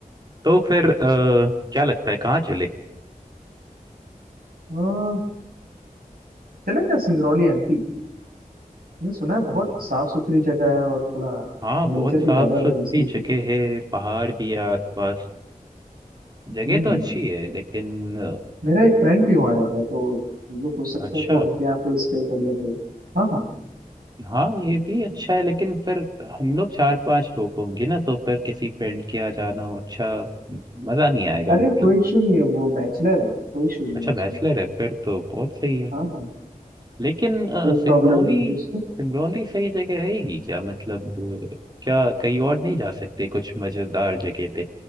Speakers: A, on the right; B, on the right.
A: तो फिर आ, क्या लगता है कहाँ चले
B: हाँ चलें क्या सिंगरौली एमपी मैंने सुना है बहुत
A: हाँ
B: साफ सुथरी जगह है और थोड़ा
A: हाँ, बहुत
B: नेचर
A: साफ
B: के ज्यादा
A: सुथरी
B: और नजदीक
A: जगह
B: है
A: है पहाड़ भी है आसपास जगह
B: हम्म
A: तो अच्छी है लेकिन अ,
B: मेरा एक फ्रेंड भी वहाँ रहता है तो हम लोग हो सकता
A: अच्छा
B: है तो उनके यहाँ पे स्टे कर लेंगे हाँ हाँ
A: हाँ ये भी अच्छा है लेकिन फिर हम लोग चार पांच लोग होंगे ना तो फिर किसी फ्रेंड के यहाँ जाना हो अच्छा मजा नहीं आएगा
B: अरे
A: मतलब
B: कोई इशू नहीं है वो बैचलर है कोई इशू नहीं
A: अच्छा
B: है उसमें
A: बैचलर है फिर तो बहुत सही है
B: हाँ हाँ
A: लेकिन अ,
B: कोई
A: सिंगरौली
B: प्रॉब्लम नहीं होगी उसको
A: सिंगरौली सही जगह रहेगी क्या मतलब अ, क्या कहीं और नहीं जा सकते कुछ मजेदार जगह पे